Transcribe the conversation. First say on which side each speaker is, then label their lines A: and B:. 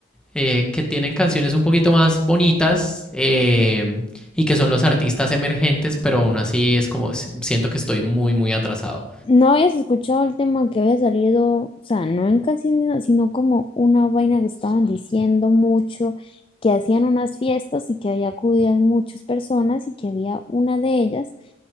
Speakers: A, in the centre; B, on the left.
A: eh, que tienen canciones un poquito más bonitas em, y que son los artistas emergentes, pero aún así es como, siento que estoy muy, muy atrasado.
B: No habías escuchado el tema que había salido, o sea, no en canciones, sino como una vaina que estaban diciendo mucho, que hacían unas fiestas y que ahí acudían muchas personas y que había una de ellas